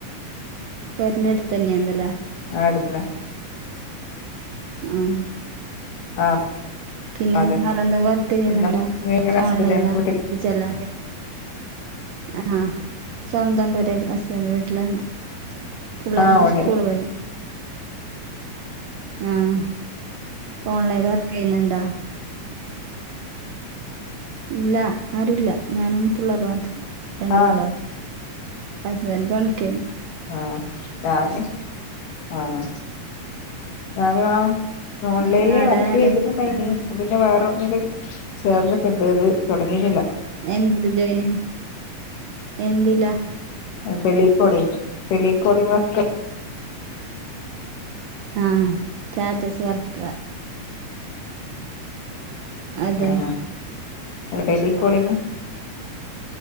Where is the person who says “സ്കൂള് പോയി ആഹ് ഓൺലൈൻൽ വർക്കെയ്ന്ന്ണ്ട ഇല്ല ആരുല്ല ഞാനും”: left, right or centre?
Right